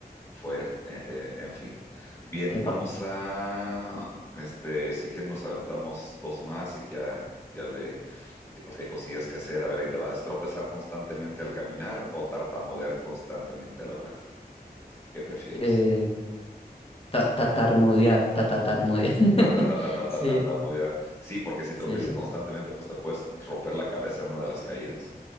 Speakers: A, on the left; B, on the left.
A: fuera. eh, eh, en fin. Bien,
B: Epa,
A: vamos a, este, si quieren nos aventamos dos más y ya, ya le, ya- porque hay cosillas que hacer. A ver, ahí te va. ¿Es tropezar constantemente al caminar o tartamudear constantemente al hablar? ¿Qué prefieres?
B: eh, ta- tatarmudear, ta- tatarmudear. <laughs>
A: Ta, ta, ta, ta, ta, ta,
B: Sí,
A: tartamudear. Sí, porque si tropiezas
B: sí.
A: constantemente, pues te puedes romper la cabeza en una de las caídas.